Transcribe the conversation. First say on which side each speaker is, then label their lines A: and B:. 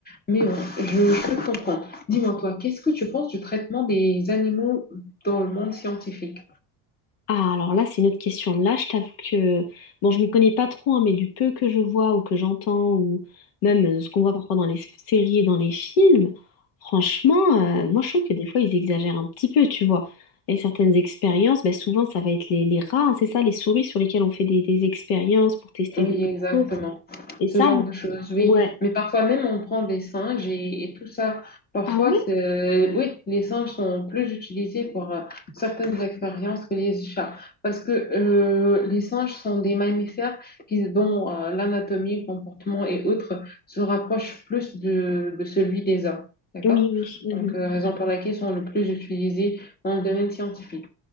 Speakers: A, on the left (about 20°); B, on the left (about 80°).
A: Mais bon, je, je peux te comprendre. Dis-moi, toi, qu'est-ce que tu penses du traitement des animaux dans le monde scientifique?
B: Ah, alors là, c'est une autre question. Là, je t'avoue que, bon, je m'y connais pas trop, hein, mais du peu que je vois ou que j'entends, ou même euh, ce qu'on voit parfois dans les f- séries et dans les films, franchement, euh, moi, je trouve que des fois, ils exagèrent un petit peu, tu vois. Et certaines expériences, ben, souvent, ça va être les, les rats, hein, c'est ça, les souris sur lesquelles on fait des, des expériences pour tester
A: Oui,
B: des,
A: exactement.
B: des choses. Et
A: Ce
B: ça,
A: genre
B: moi-
A: de choses, oui.
B: ouais.
A: Mais parfois même, on prend des singes et, et tout ça. Parfois,
B: Ah oui?
A: c'est- euh, oui, les singes sont plus utilisés pour euh, certaines expériences que les chats. Parce que euh, les singes sont des mammifères qui, dont euh, l'anatomie, le comportement et autres se rapprochent plus de, de celui des hommes. D'accord?
B: Oui, oui. Mhm.
A: Donc, euh, raison pour laquelle ils sont le plus utilisés dans le domaine scientifique.